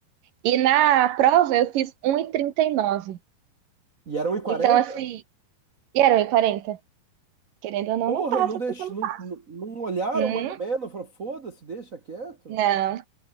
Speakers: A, on the right; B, on the right.
A: E na prova eu fiz um e e trinta e nove
B: E era um e quarenta.
A: Então, assim, e era 1,40. Querendo ou não,
B: Porra,
A: não passa,
B: e não, deix...
A: porque eu não
B: não,
A: passo.
B: não não olharam
A: Hum,
B: mais ou menos? Falaram, foda-se, deixa quieto?
A: não.